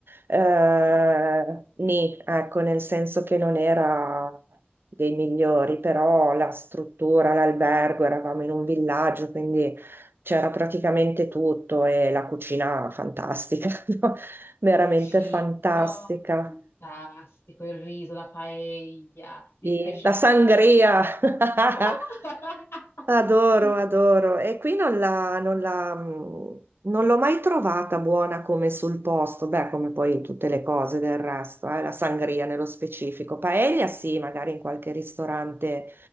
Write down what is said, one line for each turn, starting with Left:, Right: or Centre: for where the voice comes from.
Right: eh, nì, ecco, nel senso che non era dei migliori, però la struttura, l'albergo, eravamo in un villaggio, quindi c'era praticamente tutto e la cucina fantastica, <laughs> no? Veramente
Left: Il cibo,
Right: fantastica.
Left: fantastico, il riso, la paella, il
Right: Sì.
Left: pesce
Right: La
Left: freschissimo.
Right: sangria. <laughs>
Left: Oh! <laughs>
Right: Adoro, adoro. E qui non la- non la, mm, non l'ho mai trovata buona come sul posto, beh, come poi tutte le cose del resto, eh, la sangria nello specifico. Paella sì, magari in qualche ristorante